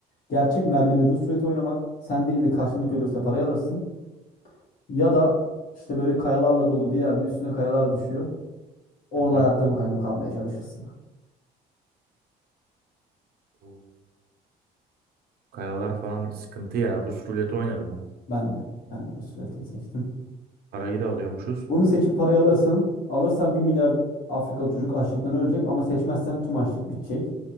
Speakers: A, on the left; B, on the right.
A: Gerçek mermide rulet oynamak. Sen değil de karşındaki ölürse parayı alırsın. Ya da işte böyle kayalarla dolu bir yerde üstüne kayalar düşüyor. Orada
B: Hı
A: hayatta mı kayma kalmaya çalışırsın.
B: hı. Kayalar falan sıkıntı ya. Rus ruleti oynarım ben.
A: Ben de. Ben de ruletini seçtim.
B: Parayı da alıyormuşuz.
A: Bunu seçip parayı alırsın. Alırsan bir milyar Afrikalı çocuk açlıktan ölecek ama seçmezsen tüm açlık bitecek.